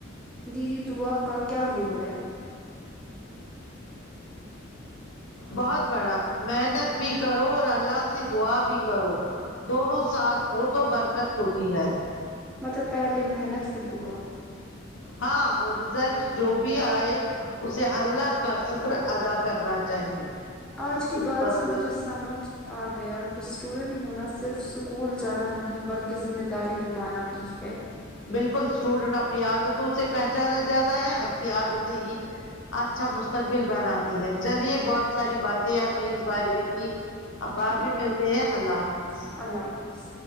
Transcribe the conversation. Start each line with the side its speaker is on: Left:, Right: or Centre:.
Centre: دیدی دعا کا کیا رول ہے
Left: بہت بڑا محنت بھی کرو اور اللہ سے دعا بھی کرو دونوں ساتھ ہو تو برکت ہوتی ہے
Centre: مطلب پہلے محنت پھر دعا
Left: ہاں اور ریزلٹ جو بھی آئے اسے اللہ کا شکر ادا کرنا چاہیے
Centre: آج کی
Left: اس
Centre: بات
Left: پر
Centre: سے
Left: اللہ
Centre: مجھے سمجھ آ گیا کہ اسٹوڈنٹ ہونا صرف اسکول جانا نہیں بلکہ ذمہ داری نبھانا بھی ہے
Left: بالکل اسٹوڈنٹ اپنی عادتوں سے پہچانا جاتا ہے اچھی عادتیں ہی اچھا مستقبل بناتی ہیں چلیے بہت ساری باتیں آپ نے اس بارے میں کی اب بعد
Centre: ٹھیک
Left: میں ملتے ہیں اللہ حافظ
Centre: ہے اللہ حافظ